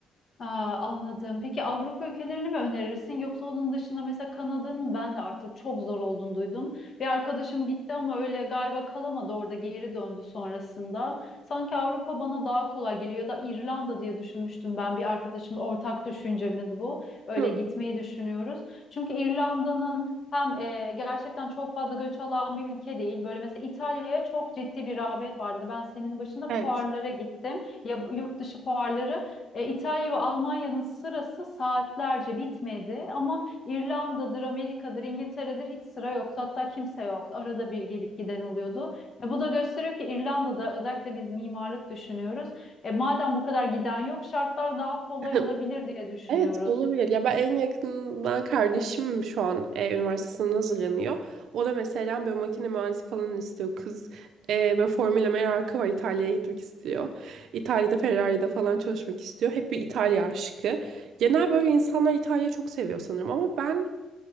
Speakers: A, on the left; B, on the right.
A: Aa, anladım. Peki Avrupa ülkelerini mi önerirsin yoksa onun dışında mesela Kanada'nın ben de artık çok zor olduğunu duydum. Bir arkadaşım gitti ama öyle galiba kalamadı orada geri döndü sonrasında. Sanki Avrupa bana daha kolay geliyor ya da İrlanda diye düşünmüştüm ben bir arkadaşımla ortak düşüncemiz bu. Öyle
B: Hı.
A: gitmeyi düşünüyoruz. Çünkü İrlanda'nın Hem e, gerçekten çok fazla göç alan bir ülke değil. Böyle mesela İtalya'ya çok ciddi bir rağbet vardı. Ben senin başında
B: Evet.
A: fuarlara gittim. Ya yurt dışı fuarları. E, İtalya ve Almanya'nın sırası saatlerce bitmedi ama İrlanda'dır, Amerika'dır, İngiltere'dir hiç sıra yoktu. Hatta kimse yoktu. Arada bir gelip giden oluyordu. E, bu da gösteriyor ki İrlanda'da özellikle biz mimarlık düşünüyoruz. E, madem bu kadar giden yok, şartlar daha kolay
B: <laughs>
A: olabilir diye düşünüyoruz.
B: Evet olabilir. Ya ben en yakından kardeşim şu an e, üniversitesine hazırlanıyor. O da mesela böyle makine mühendisi falan istiyor. Kız e, böyle Formula merakı var. İtalya'ya gitmek istiyor. İtalya'da Ferrari'de falan çalışmak istiyor. Hep bir İtalya aşkı. Genel böyle insanlar İtalya'yı çok seviyor sanırım. Ama ben